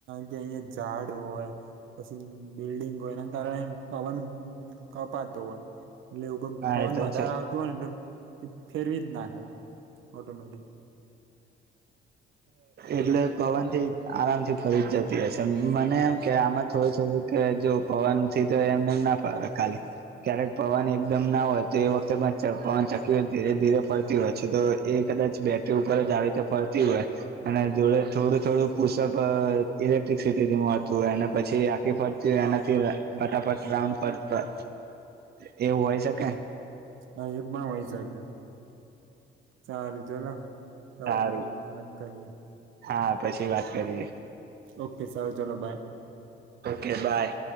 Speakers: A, on the right (about 80°); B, on the right (about 55°).
A: કે અહીંયાં ઝાડ હોય પછી બિલ્ડિંગ હોય એના કારણે પવન કપાતો હોય. એટલે એવું કો
B: હા
A: પવન
B: એ તો
A: વધારે
B: છે
A: આવતું હોય ને એટલે ફેરવી જ નાખે. ઓટોમેટિક.
B: એટલે પવનથી આરામથી ફરી જ જતી હશે મને એમ કે આમાં થોડું-થોડું કે જો પવનથી તો એમનેમ ના ફરે ખાલી ક્યારેક પવન એકદમ ના હોય તો એ વખતે પણ પવનચક્કી ધીરે ધીરે ફરતી હોય છે તો એક કદાચ બેટરી ઉપર જ આવી રીતે ફરતી હોય. અને જોડે થોડું-થોડું પુસપ ઇલેક્ટ્રિસિટીથી મળતું હોય અને પછી આ એ ફરતી હોય
A: હા
B: એનાથી
A: એ થતું
B: ફટાફટ
A: જ છે.
B: રાઉન્ડ ફર ન એવું હોય શકેન.
A: હ એ પણ હોય શકે સારું ચલો. અવે
B: સારું
A: ભાઈ મત કરીએ.
B: હા, પછી વાત કરીએ.
A: ઓકે સારું ચલો બાય.
B: Okay by.